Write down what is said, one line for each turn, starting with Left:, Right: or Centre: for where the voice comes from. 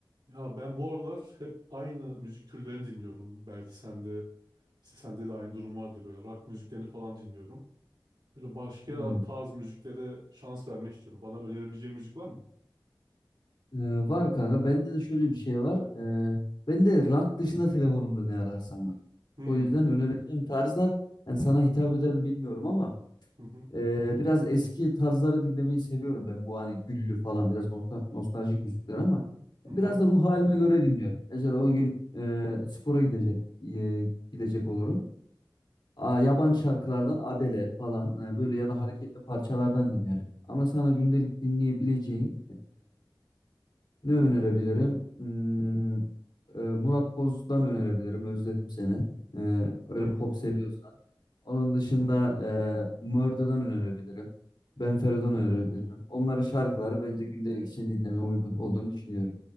Right: Ya ben bu aralar hep aynı müzik türlerini dinliyorum. Belki sende işte sende de aynı durum vardı böyle rock müziklerini falan dinliyorum. Böyle başka
Left: Hmm.
Right: tarz müziklere şans vermek istiyorum. Bana önerebileceğin müzik var mı?
Left: Ee, var kanka. Bende de şöyle bir şey var. Ee, bende rank dışında telefonumda ne ararsam var.
Right: Hmm.
Left: O yüzden önereceğim tarzlar yani sana hitap eder mi bilmiyorum ama
Right: Hı hı.
Left: e, biraz eski tarzları dinlemeyi seviyorum ben. Bu hani güllü falan biraz nosta- nostaljik müzikler ama
Right: Hı
Left: biraz
Right: hı.
Left: da ruh halime göre dinliyorum. Mesela o gün e, spora gidecek e, gidecek olurum. Aa, yabancı şarkılardan Adele falan e, böyle ya da hareketli parçalardan dinlerim. Ama sana gündelik dinleyebileceğin Ne önerebilirim? Hmm, e, Murat Boz'dan önerebilirim. Özledim seni. E, öyle
Right: Hmm.
Left: pop seviyorsan. Onun dışında
Right: Hı hı.
Left: e, Murder'dan önerebilirim. Ben Fero'dan
Right: Hı.
Left: önerebilirim. Onların şarkıları bence gündelik için dinlemeye uygun olduğunu düşünüyorum.